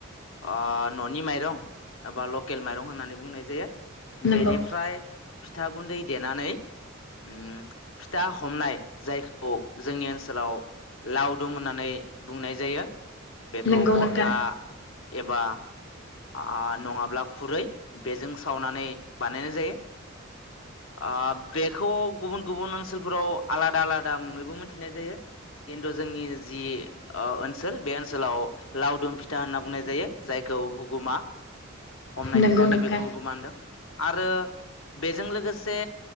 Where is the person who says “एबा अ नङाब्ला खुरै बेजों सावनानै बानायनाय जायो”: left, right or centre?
Left